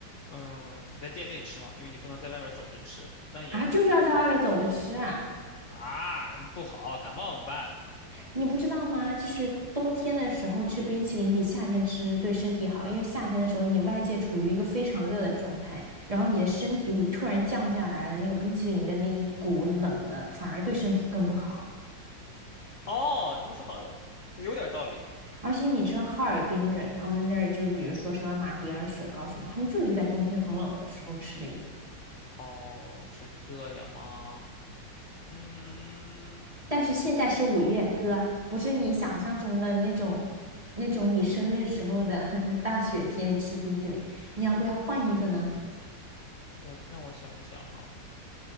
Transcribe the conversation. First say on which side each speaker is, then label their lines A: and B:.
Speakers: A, on the left; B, on the right.
A: 嗯，得在店内吃嘛，因为你不能在外面走着吃，但也
B: 啊，就是要在外面走着吃啊，
A: 啊不好，感冒怎么办？
B: 你不知道吗？就是冬天的时候吃冰淇淋比夏天吃对身体好，因为夏天的时候你外界处于一个非常热的状态，然后你的身体里突然降下来了那个冰淇淋的那一股冷的，反而对身体更不好。
A: 哦，你这么说好像有点道理。
B: 而且你知道哈尔滨人，他们那儿就是比如说什么马迭尔雪糕什么，他们就是在冬天很冷的时候吃的呀。
A: 哦，是这样吗？嗯，
B: 但是现在是五月，哥，不是你想象中的那种那种你生日时候的 <laughs> 大雪天吃冰淇淋。你要不要换一个呢？
A: 我让我想一想哈。